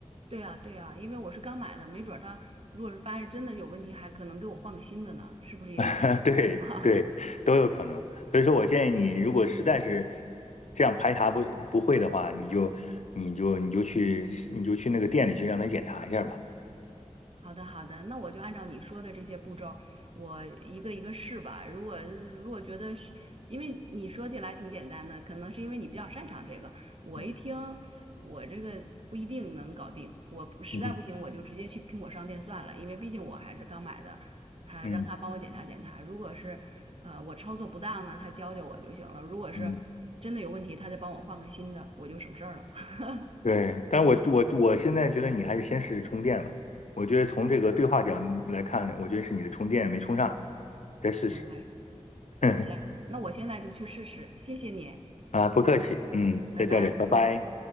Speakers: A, on the right (about 55°); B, on the left (about 75°).
A: 对啊对啊，因为我是刚买的，没准儿它如果是发现真的有问题，还可能给我换个新的呢，是不是也有可能这种情况？
B: <laughs> 对对，都有可能。所以说我建议你，如果实在是这样排查不不会的话，你就你就你就去你就去那个店里去让他检查一下吧。
A: 好的，好的，那我就按照你说的这些步骤，我一个一个试吧。如果如果觉得是，因为你说起来挺简单的，可能是因为你比较擅长这个。我一听，
B: <laughs>
A: 我这个不一定能搞定。我不实在不行，
B: 嗯
A: 我就直接去苹果商店算了，因为毕竟我还是刚买的。他让他帮我检查检查，
B: 嗯
A: 如果是呃我操作不当呢，他教教我就行了。如果是真的有问题，
B: 嗯，
A: 他再帮我换个新的，我就省事儿了。<laughs>
B: 对。但我我我现在觉得你还是先试试充电吧。我觉得从这个对话角来看，我觉得是你的充电没充上，再试试。
A: 行嘞，
B: <laughs>
A: 好嘞，那我现在就去试试，谢谢你。
B: 啊，不客气，嗯，
A: 嗯，拜拜。
B: 再见了，拜拜。